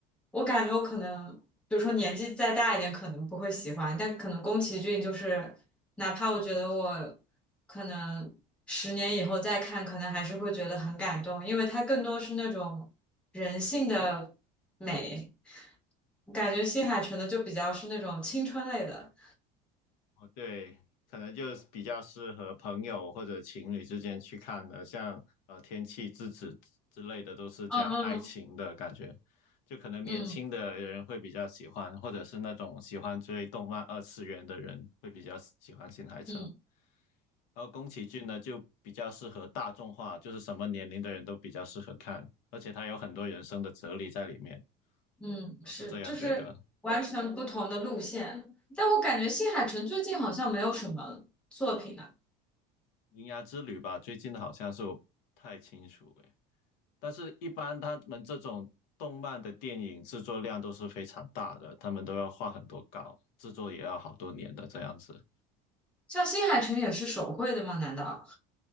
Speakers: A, in the centre; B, on the left.
A: 我感觉我可能，比如说年纪再大一点，可能不会喜欢，但可能宫崎骏就是，哪怕我觉得我可能十年以后再看，可能还是会觉得很感动，因为它更多是那种人性的美，感觉新海诚的就比较是那种青春类的，
B: 哦，对，可能就是比较适合朋友或者情侣之间去看的，像呃《天气之子》之类的，都是讲爱情的感觉，
A: 嗯嗯。
B: 就可能年轻的人会比较喜欢，
A: 嗯
B: 或者是那种喜欢追动漫二次元的人会比较喜欢新海诚。
A: 嗯。
B: 然后宫崎骏呢，就比较适合大众化，就是什么年龄的人都比较适合看，而且他有很多人生的哲理在里面，
A: 嗯，
B: 我是这样觉得。
A: 是，就是完全不同的路线。但我感觉新海诚最近好像没有什么作品啊，
B: 《铃芽之旅》吧，最近的好像是我不太清楚诶。但是，一般他们这种动漫的电影制作量都是非常大的，他们都要画很多稿，制作也要好多年的这样子。
A: 像新海诚也是手绘的吗？难道？